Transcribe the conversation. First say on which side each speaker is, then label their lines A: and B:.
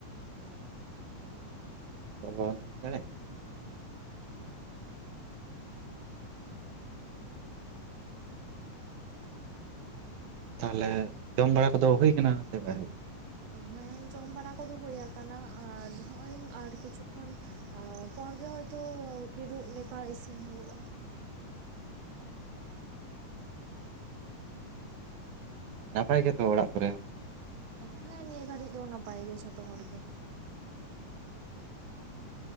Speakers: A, on the right; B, on the right.
A: <unintelligible> ᱛᱟᱦᱚᱞᱮ ᱡᱚᱢ ᱵᱟᱲᱟ ᱠᱚᱫᱚ ᱦᱩᱭ ᱠᱟᱱᱟ ᱥᱮ ᱵᱟᱝ?
B: ᱦᱮᱸ ᱡᱚᱢ ᱵᱟᱲᱟ ᱠᱚᱫᱚ ᱦᱩᱭ ᱟᱠᱟᱱᱟ ᱟᱨ ᱱᱚᱜ-ᱚᱭᱧ ᱟᱨ ᱠᱤᱪᱷᱩ ᱠᱷᱚᱱ ᱟᱨ ᱯᱚᱨ ᱜᱮ ᱦᱳᱭᱛᱚ ᱠᱤᱫᱩᱵ ᱞᱮᱠᱟ ᱤᱥᱤᱱ ᱦᱩᱭᱩᱜ-ᱟ᱾
A: ᱠᱟᱱᱟ ᱱᱟᱯᱟᱭ ᱜᱮᱛᱚ ᱚᱲᱟᱜ ᱠᱚᱨᱮ ᱦᱚ?
B: ᱦᱮᱸ ᱱᱤᱭᱟᱹ ᱜᱷᱟᱹᱲᱤᱡ ᱫᱚ ᱱᱟᱯᱟᱭ ᱜᱮ ᱡᱷᱚᱛᱚ ᱦᱚᱲ ᱜᱮ᱾